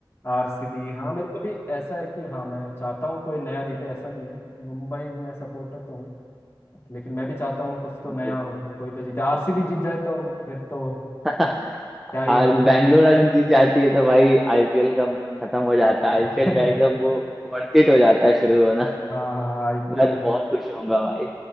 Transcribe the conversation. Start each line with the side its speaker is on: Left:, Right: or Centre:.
Left: आरसीबी हाँ मेरे को भी ऐसा है कि हाँ मैं चाहता हूँ कोई नया जीते ऐसा नहीं है मुंबई में सपोर्टर तो हूँ लेकिन मैं भी चाहता हूँ कुछ तो
Centre: हाँ
Left: नया हो कोई तो जीते आरसीबी जीत जाए तो फिर तो
Centre: <laughs>
Left: क्या ही
Centre: और
Left: होगा
Centre: बैंगलोर अगर जीत जाती है तो भाई आईपीएल का खत्म हो जाता है आईपीएल
Left: <laughs>
Centre: का एकदम वो वर्थ इट हो जाता है शुरू होना
Left: हाँ हाँ आईपीएल
Centre: मैं तो बहुत खुश होऊंगा भाई